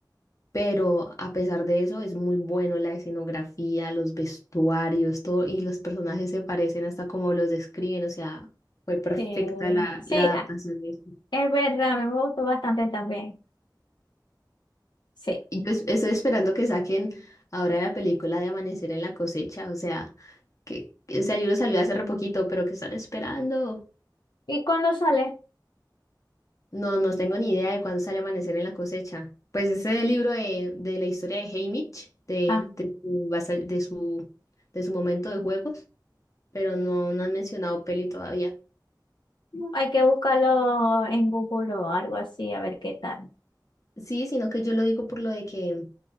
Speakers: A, on the left (about 45°); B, on the left (about 70°).
A: pero a pesar de eso es muy bueno la escenografía, los vestuarios, todo, y los personajes se parecen hasta como los describen. O sea, fue perfecta
B: Sí,
A: la,
B: sí,
A: la
B: ah,
A: adaptación de eso.
B: es verdad, a mí me gustó bastante también. Sí.
A: Y Yo es- estoy esperando que saquen ahora la película de Amanecer en la cosecha, o sea, que que ese libro salió hace re poquito, pero que están esperando.
B: ¿Y cuándo sale?
A: No, no tengo ni idea de cuándo sale Amanecer en la cosecha. Pues ese libro de, de la historia de Haymitch, de,
B: Ah,
A: de, su, basa- de su de su momento de juegos, pero no, no han mencionado peli todavía.
B: hay que buscarlo en Google o algo así, a ver qué tal.
A: Sí, sino que yo lo digo por lo de que